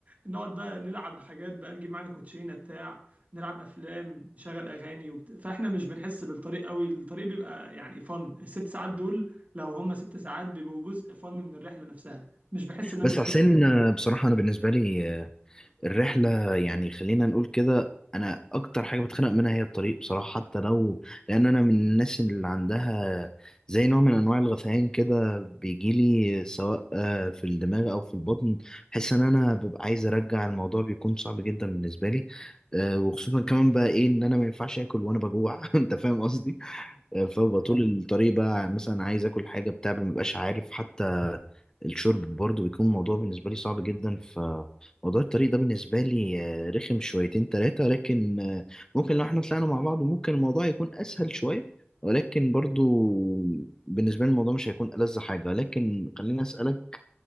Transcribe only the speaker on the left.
بس
يا حسين آه، بصراحة أنا بالنسبة لي الرحلة يعني خلينا نقول كده أنا أكتر حاجة بتخنق منها هي الطريق بصراحة حتى لو لأن أنا من الناس اللي عندها زي نوع من أنواع الغثيان كده بيجيلي سواء آه، في الدماغ أو في البطن بحس إن أنا ببقى عايز أرجع الموضوع بيكون صعب جدا بالنسبة لي آه، وخصوصا كمان بقى إيه إن أنا ما ينفعش آكل وأنا بجوع <laughs> أنت فاهم قصدي فببقى طول الطريق بقى مثلا عايز اكل حاجه بتاع ما ببقاش عارف حتى الشرب برضو بيكون موضوع بالنسبه لي صعب جدا فموضوع الطريق ده بالنسبه لي آه، رخم شويتين ثلاثه لكن آه، ممكن لو احنا طلعنا مع بعض ممكن الموضوع يكون اسهل شويه ولكن برضو بالنسبه لي الموضوع مش هيكون ألذ حاجه لكن خليني اسالك